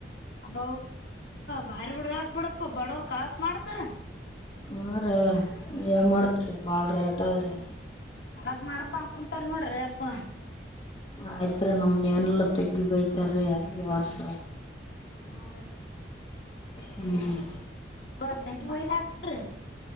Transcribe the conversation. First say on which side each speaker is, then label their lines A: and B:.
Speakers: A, on the left; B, on the left.
A: ಅಬ ಬಾರಿ ಬಿಡ್ರಟ್ ಬಿಡಪ್ಪ ಬಡವರ್ ಕಳ್ಸ ಮಾಡ್ತಾರ
B: ಹ ರೇ ಏನ್ ಮಾಡ್ತ್ರಿ ಬಾಳ್ ರೇಟ್ದ್ರಿ
A: ಕಲಸ ಮಾಡ್ಕೊ ಕುಂತಾರ ನೋಡ್ರಿ ಅಪ್ಪ
B: ಆಯ್ತ್ರಿ ನಮ್ನೇನೆಲ್ಲ ತೆಗ್ಗಿಗಯ್ತಾರೀ ಈ ವರ್ಷ
A: ಹ ರ <unintelligible>
B: ಹ್ಮ್
A: ಮ ತಗಿ ಹಯಾಕ್ತ್ರ